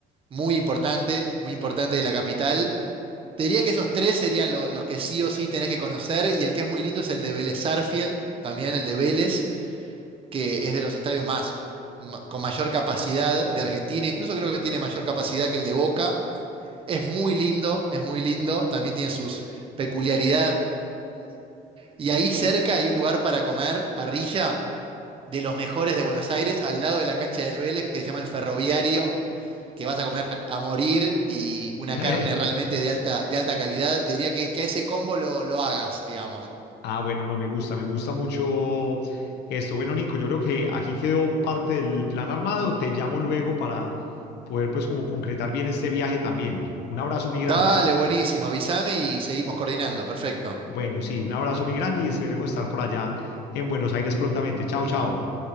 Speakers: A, on the right; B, on the left.
A: muy importante, muy importante de la capital. Te diría que esos tres serían lo- los que sí o sí tenés que conocer y el que es muy lindo es el de Vélez Sarsfield, también el de Vélez, que es de los estadios más ma- con mayor capacidad de Argentina, incluso creo que tiene mayor capacidad que el de Boca. Es muy lindo, es muy lindo, también tiene sus peculiaridades y ahí cerca hay un lugar para comer, parrilla, de los mejores de Buenos Aires, al lado de la cancha de Vélez que se llama el Ferroviario que vas a comer a morir y una
B: <laughs>
A: carne realmente de alta, de alta calidad, te diría que, que ese combo lo, lo hagas, digamos.
B: Ah, bueno, no, me gusta, me gusta mucho esto. Bueno, Nico, yo creo que aquí quedó parte del plan armado. Te llamo luego para poder pues como concretar bien este viaje también. Un abrazo muy grande.
A: Dale, buenísimo, avísame y seguimos coordinando. Perfecto.
B: Bueno, sí, un abrazo muy grande y esperemos estar por allá en Buenos Aires prontamente. Chao, chao.